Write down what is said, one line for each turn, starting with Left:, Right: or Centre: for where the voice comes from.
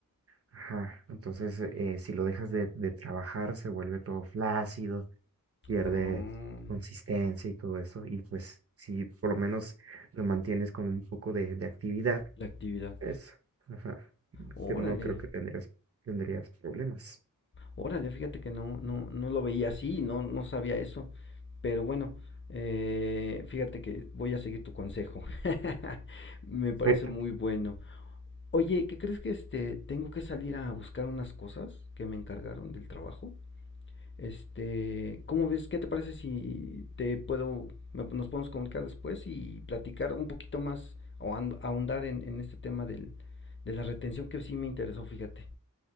Right: Ajá, entonces eh, si lo dejas de, de trabajar se vuelve todo flácido, pierde
Left: Ah,
Right: consistencia y todo eso. Y pues si por lo menos lo mantienes con un poco de, de actividad,
Left: la actividad.
Right: pues, ajá,
Left: Órale,
Right: que no creo que tendrías, tendrías problemas.
Left: órale, fíjate que no, no, no lo veía así, no, no sabía eso. Pero bueno, eh, fíjate que voy a seguir tu consejo. <laughs> Me parece
Right: Perfecto.
Left: muy bueno. Oye, ¿qué crees que este tengo que salir a buscar unas cosas que me encargaron del trabajo? Este, ¿cómo ves? ¿Qué te parece si te puedo, me- nos podemos comunicar después y platicar un poquito más o ahond- ahondar en, en este tema del, de la retención que sí me interesó, fíjate.